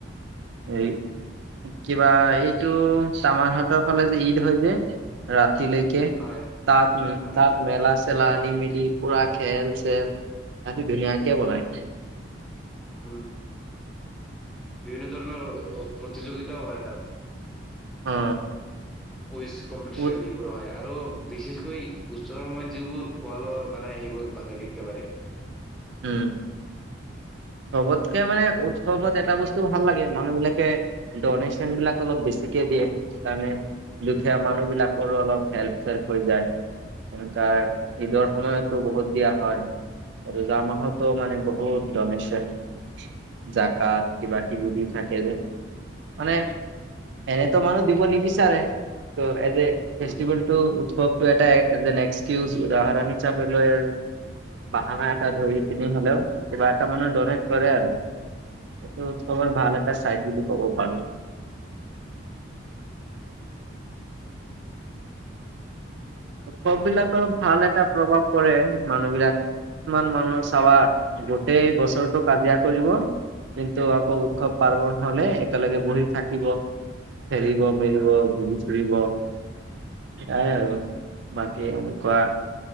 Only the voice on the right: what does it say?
এই কিবা এই টো চামাৰ হাতৰ ফালে যে ঈদ হৈ য ৰাতিলৈকে
তাত
তাত
মেলা চেলা পানি মিলি পুৰা খেল চেল হেতি ধুনিয়াকে বনাই।
অ
উত
উম চবতকে মানে উৎসৱত এটা বস্তু ভাল লাগে মানুহ বিলাকে ডনেশ্যন বিলাক অলপ বেছিকে, সেয়ে সেইকাৰণে দুখীয়া মানুহ বিলাকৰো অলপ হেল্প চেল্প হৈ যায়। এনেকা
ঈদৰ সময়তো বহুত দিয়া হয়। যোৱা মাহতো মানে বহুত ডনেচন জাকাত কিবা কিবি দি থাকে যে, মানে এনেতো মানুহ দিব নিবিচাৰে ত ফ্ৰাইদে ফেষ্টিভেলটো
খব এটা এক্সিউজ উদাহৰণ হিচাপে লৈ আৰু বাহানা ধৰি পিনি হলেও কিবা এটা মানুহ ড'নেট কৰে আৰু তোমাৰ ভাল এটা
চাইজ বুলি ক'ব পাৰো। সব বিলাকৰ ভাল এটা প্ৰভাৱ পৰে মানুহবিলাক কিছুমান মানুহ চাবা গোটেই বছৰটো কাজিয়া কৰিব, কিন্তু আকৌ উৎসৱ পাৰ্বন হলে একেলগে বহি থাকিব খেলিব মেলিব
ঘূৰি ফুৰিব এয়াই আৰু। বাকী এনেকোৱা